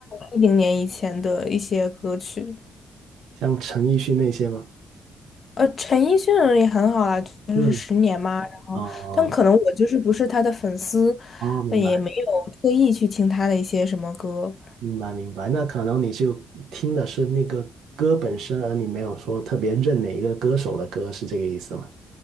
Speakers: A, on the left; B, on the right.
A: 一零年以前的一些歌曲。
B: 像陈奕迅那些吗？
A: 呃，陈奕迅也很好啦，就是十年嘛，
B: 嗯，
A: 然后，
B: 哦
A: 但可能我就是不是他的粉丝，
B: 哦，明白。
A: 呃也没有特意去听他的一些什么歌。
B: 明白明白，那可能你就听的是那个歌本身，而你没有说特别认哪一个歌手的歌，是这个意思吗？